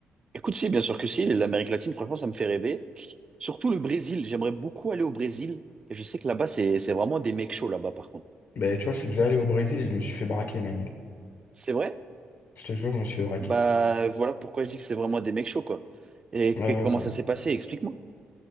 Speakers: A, on the right (about 25°); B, on the left (about 50°).
A: Écoute, si, bien sûr que si. L'Amérique latine, franchement, ça me fait rêver. Surtout le Brésil. J'aimerais beaucoup aller au Brésil. Et je sais que là-bas, c'est c'est vraiment des mecs chauds, là-bas, par contre.
B: Ben, tu vois, je suis déjà allé au Brésil et je me suis fait braquer, Manil.
A: C'est vrai?
B: Je te jure, je me suis fait braquer.
A: Bah voilà pourquoi je dis que c'est vraiment des mecs chauds, quoi. Et que-
B: Euh,
A: comment ça s'est passé? Explique-moi.